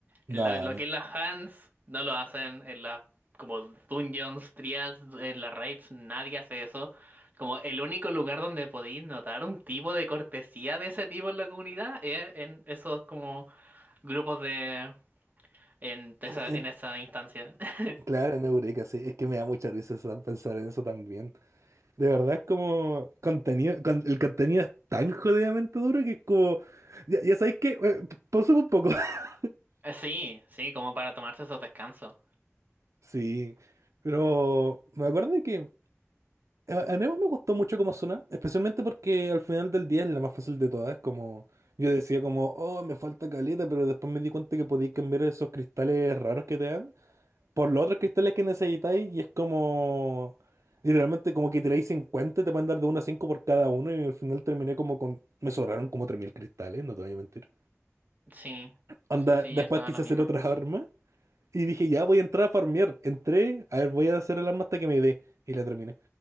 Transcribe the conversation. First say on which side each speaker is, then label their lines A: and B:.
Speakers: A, on the right (about 85°); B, on the right (about 40°).
A: no,
B: En la- lo
A: no.
B: que es las hands, no lo hacen. En las como dungeons, trials, en las raids, nadie hace eso. Como el único lugar donde podéis notar un tipo de cortesía de ese tipo en la comunidad es en esos como grupos de... en esa,
A: Eh, eh,
B: en esa instancia. <laughs>
A: claro, en Eureka, sí. Es que me da mucha risa esa- pensar en eso también. De verdad es como contenido, con- el contenido es tan jodidamente duro que es como... Ya, ya sabéis que... Eh, p- pausa un poco. <laughs>
B: Sí, sí, como para tomarse esos descansos.
A: Sí, pero me acuerdo de que A, a Nemo me gustó mucho como suena, especialmente porque al final del día es la más fácil de todas. Es como, yo decía como, oh, me falta caleta, pero después me di cuenta que podéis cambiar esos cristales raros que te dan por los otros cristales que necesitáis y es como, literalmente como que tiráis 50, te van a dar de 1 a 5 por cada uno y al final terminé como con, me sobraron como 3000 cristales, no te voy a mentir.
B: Sí,
A: Anda,
B: sí, sí,
A: después
B: ya estaba
A: quise
B: la misma.
A: hacer otra arma y dije, ya voy a entrar a farmear. Entré, a ver, voy a hacer el arma hasta que me dé y la terminé.